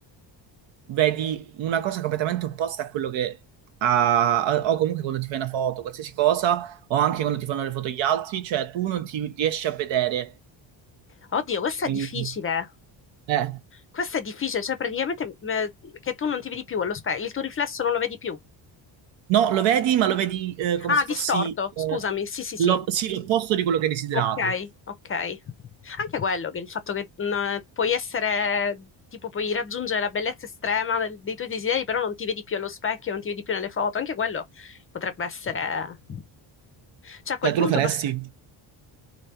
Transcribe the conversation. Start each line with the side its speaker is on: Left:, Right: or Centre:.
Right: vedi una cosa completamente opposta a quello che a- a- o comunque quando ti fai una foto, qualsiasi cosa, o anche quando ti fanno le foto gli altri, cioè tu non ti riesci a vedere.
Left: Oddio, questa
Right: in-
Left: è difficile.
Right: eh.
Left: Questa è difficile, cioè praticamente mm, eh, che tu non ti vedi più allo specchio, il tuo riflesso non lo vedi più.
Right: No, lo vedi, ma lo vedi eh, come
Left: Ah,
Right: se
Left: distorto,
Right: fossi eh,
Left: scusami, sì, sì,
Right: lo-
Left: sì.
Right: sì, l'opposto di quello che hai desiderato.
Left: Ok, ok. Anche quello, che il fatto che mm, puoi essere, tipo, puoi raggiungere la bellezza estrema del- dei tuoi desideri, però non ti vedi più allo specchio, non ti vedi più nelle foto, anche quello potrebbe essere... Cioè, a quel
Right: Cioè,
Left: punto...
Right: tu lo faresti?